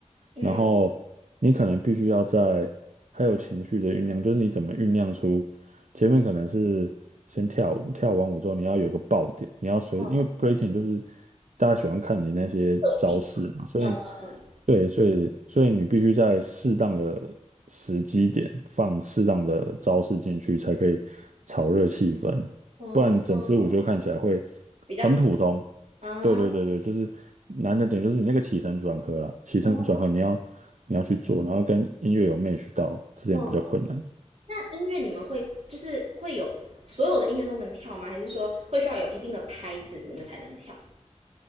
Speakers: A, on the right; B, on the right.
A: 嗯
B: 然后你可能必须要在还有情绪的酝酿，就是你怎么酝酿出前面可能是先跳舞，跳完舞之后你要有一个爆点，你要随，
A: 嗯，
B: 因为 breaking 就是大家喜欢看你那些招式嘛，
A: 特技，
B: 所以
A: 嗯嗯
B: 对，所以所以你必须在适当的时机点放适当的招式进去，才可以炒热气氛。
A: 嗯嗯嗯，
B: 不然整支舞就看起来会
A: 比较平，
B: 很普通，
A: 嗯
B: 对对对对，就是难的点就是你那个起承转合啦，起承转合你要你要去做，
A: 嗯
B: 然后跟音乐有 match 到，这点比较困难。
A: 嗯。那音乐你们会就是会有所有的音乐都能跳吗？还是说会需要有一定的拍子你们才能跳？